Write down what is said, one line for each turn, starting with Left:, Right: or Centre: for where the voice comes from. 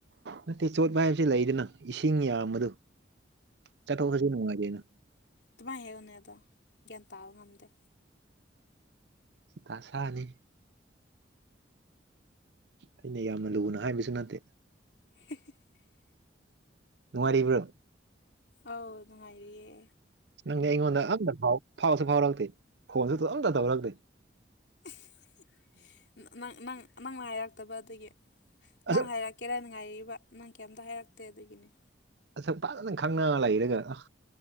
Right: ꯅꯠꯇꯦ ꯆꯣꯠꯄ ꯍꯥꯏꯕꯁꯤ ꯂꯩꯗꯅ ꯏꯁꯤꯡ ꯌꯥꯝꯕꯗꯨ ꯆꯠꯊꯣꯛ ꯆꯠꯁꯨ ꯅꯨꯡꯉꯥꯏꯇꯦꯅ
Left: ꯗꯨꯃꯥꯏ ꯍꯥꯢꯌꯣꯅꯦꯗꯣ ꯒ꯭ꯌꯥꯟ ꯇꯥꯕ ꯉꯝꯗꯦ
Right: ꯗꯥꯁꯥꯅꯤ ꯑꯩꯅ ꯌꯥꯝꯅ ꯂꯨꯅ ꯍꯥꯏꯕꯁꯨ ꯅꯠꯇꯦ
Left: <unintelligible>
Right: ꯅꯨꯡꯉꯥꯢꯔꯤꯕ꯭ꯔꯣ
Left: ꯑꯧ ꯅꯨꯡꯉꯥꯏꯔꯤꯌꯦ
Right: ꯅꯪꯗꯤ ꯑꯩꯉꯣꯟꯗ ꯑꯝꯇ ꯐꯥꯎ ꯐꯥꯎꯁꯨ ꯐꯥꯎꯔꯛꯇꯦ ꯐꯣꯟꯁꯨ ꯑꯝꯇ ꯇꯧꯔꯛꯇꯦ
Left: <unintelligible> ꯅꯥ ꯅꯪ ꯅꯪ ꯅꯪꯅ ꯍꯥꯏꯔꯛꯇꯕ ꯑꯗꯨꯒꯤ ꯅꯪ
Right: ꯑꯁꯨꯛ
Left: ꯍꯥꯏꯔꯛ ꯀꯦꯔꯟ ꯉꯥꯏꯔꯤꯕ ꯅꯪ ꯀꯩꯝꯇ ꯍꯥꯏꯔꯛꯇꯦ ꯑꯗꯨꯒꯤꯅꯤ
Right: ꯑꯁꯨꯛ ꯐꯥꯖꯅ ꯈꯪꯅꯥ ꯂꯩꯔꯒ ꯑꯥ